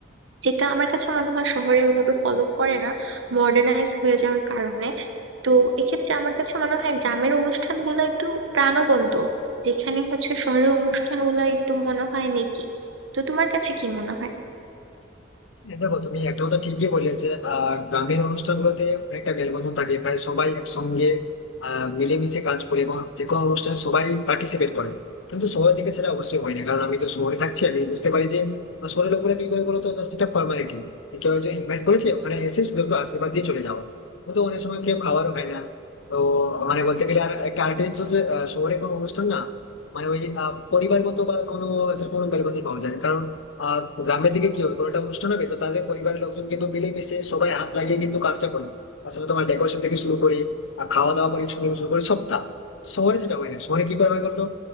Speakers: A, on the right; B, on the left.
A: যেটা আমার কাছে মনে হয় শহরে ওভাবে ফলো করে না মডার্নাইজ হয়ে যাওয়ার কারণে তো এক্ষেত্রে আমার কাছে মনে হয় গ্রামের অনুষ্ঠানগুলো একটু প্রাণবন্ত যেখানে হচ্ছে শহরের অনুষ্ঠানগুলো একটু মনে হয় নেকি তো তোমার কাছে কি মনে হয়
B: হ্যাঁ, দেখো তুমি একটা কথা ঠিকই বললে যে আহ, গ্রামের অনুষ্ঠানগুলোতে অনেকটা মেলবন্ধন থাকে প্রায় সবাই একসঙ্গে আহ, মিলেমিশে কাজ করে এবং যে কোনো অনুষ্ঠানে সবাই পার্টিসিপেট করে কিন্তু শহরের দিকে সেটা অবশ্যই হয় না কারণ আমি তো শহরে থাকছি আমি বুঝতে পারি যে আহ, শহরের লোকেরা কি করে বলতো জাস্ট একটা ফর্মালিটি যে কেউ একজন ইনভাইট করেছে ওখানে এসে শুধু একটু আশীর্বাদ দিয়ে চলে যাওয়া ও তো অনেক সময় কেউ খাবারও খায় না তো মানে বলতে গেলে আর একটা আরেকটা জিনিস হচ্ছে আহ, শহরে কোনো অনুষ্ঠান না মানে ওই আহ, পরিবারগত বা কোনো সেরকম কোনো মেলবন্ধন পাওয়া যায় না। কারণ আহ গ্রামের দিকে কি হয় কোনো একটা অনুষ্ঠান হবে তো তাদের পরিবারের লোকজন কিন্তু মিলেমিশে সবাই হাত লাগিয়ে কিন্তু কাজটা করে আসলে তোমার ডেকোরেশন থেকে শুরু করে আর খাওয়া দাওয়া পরিবেশন থেকে শুরু করে সবটা শহরে সেটা হয় না শহরে কি করা হয় বলতো